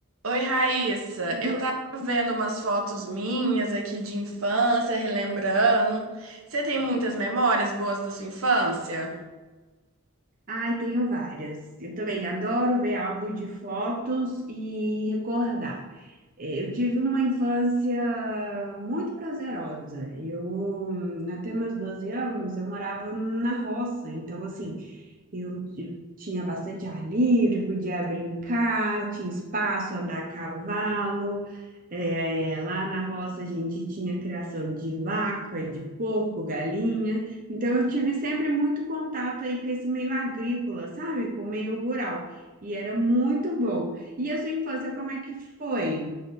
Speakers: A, on the right; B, on the right.
A: Oi, Raíssa.
B: Do...
A: Eu tava vendo umas fotos minhas aqui de infância, relembrando. Você tem muitas memórias boas da sua infância?
B: Ai, tenho várias. Eu também adoro ver álbum de fotos e recordar. Eh, Eu tive uma infância muito prazerosa. Eu, hum, até meus 12 anos, eu morava na roça. Então, assim, Eu ti- tinha bastante ar livre, podia brincar, tinha espaço, andar a cavalo. É, lá na roça a gente tinha criação de vaca, de porco, galinha. Então eu tive sempre muito contato aí com esse meio agrícola, sabe? Com o meio rural. E era muito bom. E a sua infância, como é que foi?